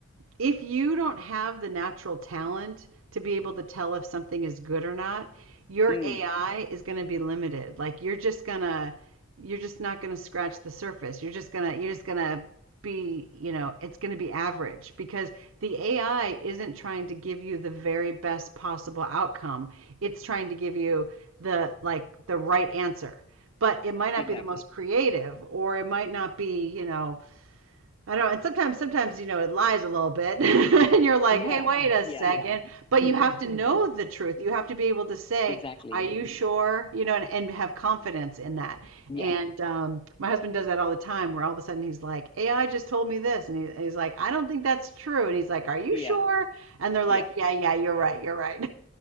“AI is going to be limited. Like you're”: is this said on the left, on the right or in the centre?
Right